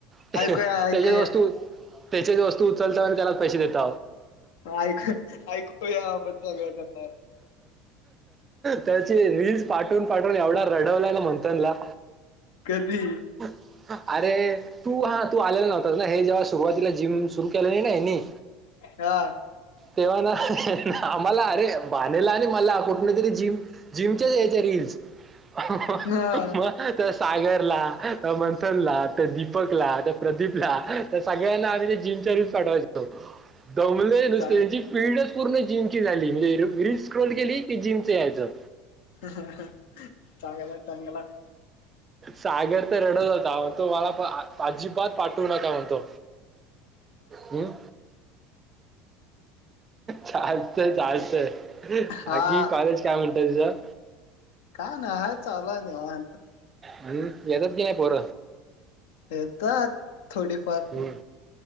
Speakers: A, on the right; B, on the left.
A: त्याच्याच
B: ऐकूया ऐकूया
A: वस्तू त्याच्याच वस्तू उचलता आणि त्याला पैसे देत.
B: ऐकू ऐकूया आपण सगळं त्यांना.
A: त्याची रीलीलस पाठून पाठून एवढा रडवलाय ना मंथनला.
B: कधी?
A: अरे तू हा तू आलेला नव्हत ना हे जेव्हा सुरुवातीला जिम सुरु केले नाही ना.
B: हा.
A: तेव्हा ना आम्हाला अरे बानेला आणि मला कुठ तरी जिम जिमच्याच याच्या री ह.
B: हा.
A: मग त्या सागरला त्या मंथन ला, त्या दीपक ला. प्रदीपला, तर सगळ्यांना आम्ही ते जिमच्या रूच पाठवायचोत. दमले नुसते
B: चांग
A: त्यांची फीडच पूर्ण जिमची झाली म्हणजे रि स्क्रोल केली की जिमच यायचं.
B: ह चांगला चांगला.
A: सागर तर रडत होताण तो मला अजिबात पाठवू नका म्हण तो. हम्म. चालतय चालतंय. बाकी
B: हा
A: कॉलेज काय म्हणतय तुझ?
B: का नाही हाय चालाय नाही निवांत.
A: हम् येतच नाहीये पोर.
B: येतात थोडीफार.
A: हम्म